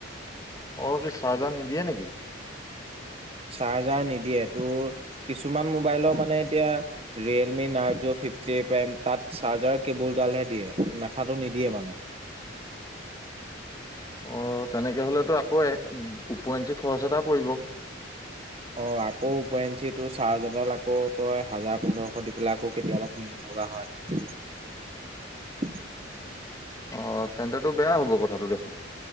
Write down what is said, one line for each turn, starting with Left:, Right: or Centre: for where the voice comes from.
Left: অ' কি চাজাৰ নিদিয়ে নেকি? <unintelligible>
Right: চাৰ্জাৰ নিদিয়ে তোৰ কিছুমান মোবাইলৰ মানে এতিয়া ৰিয়েলমি নাৰজো ফিফটি প্ৰাইম তাত চাৰ্জাৰ কেবুলডালহে দিয়ে মেথাটো নিদিয়ে মানে।
Left: অ 'তেনেকে হলেতো কয় উপওৰিঞ্চি খৰচ এটা পৰিব।
Right: অ আকৌ ওপৰেঞ্চিটো চাৰ্জ এডাল আকৌ তই হাজাৰ পোন্ধৰশ দি পেলাই আকৌ কেতিয়াবা কিনিব লগা হয়।
Left: অ' তেন্তেতটো বেয়া হ'ব কথাটো দেখোন।